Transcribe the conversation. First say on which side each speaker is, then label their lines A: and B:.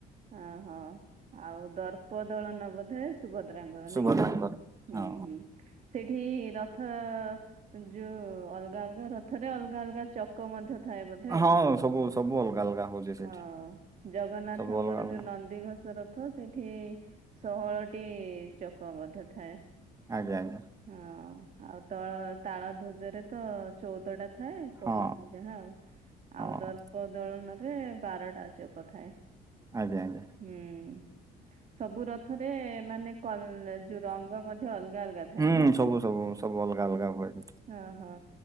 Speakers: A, on the right; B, on the right.
A: ଓହୋ ଆଉ ଦର୍ପ ଦଳନ ବୋଧେ ସୁଭଦ୍ରାଙ୍କର
B: ସୁଭଦ୍ରାଙ୍କର
A: ନାଇଁକି? ହୁଁ
B: ହଁ
A: ହୁଁ। ସେଇଠି ରଥ ଯୋଉ ଅଲଗା ଅଲଗା ର ଥରେ ଅଲଗା ଅଲଗା ଚକ ମଧ୍ୟ ଥାଏ ବୋଧେ? ଆଉ
B: ହଁ ସବୁ ସବୁ ଅଲଗା ଅଲଗା ହଉଛି ସେଠି
A: ହଁ ଜଗନ୍ନାଥଙ୍କର
B: ସବୁ ଅଲଗା ଅଲଗା
A: ଯୋଉ ନ ନନ୍ଦିଘଷ ରଥ ସେଠି ଷୋହଳଟି ଚକ ମଧ୍ୟ ଥାଏ।
B: ଆଜ୍ଞା।
A: ହଁ ଆଉ ତଳ ତାଳ ଧ୍ୱଜରେ ତ ଚଉଦ ଟା ଥାଏ।
B: ହଁ
A: ପଢିଥିଲି ଯାହା ଆଉ।
B: ହଁ
A: ଆଉ ଦର୍ପ ଦୋଳନ ରେ ବାରଟା ଚକ ଥାଏ।
B: ଆଜ୍ଞା ଆଜ୍ଞା।
A: ହୁଁ ସବୁ ର ଥରେ ମାନେ କଲ ଯୋଉ ରଙ୍ଗ ମଧ୍ୟ ଅଲଗା ଅଲଗା ଥାଏ।
B: ହୁଁ
A: ନା?
B: ସବୁ ସବୁ ସବୁ ଅଲଗା ଅଲଗା ହୁଏ ସେଠି।
A: ହଁ ହଁ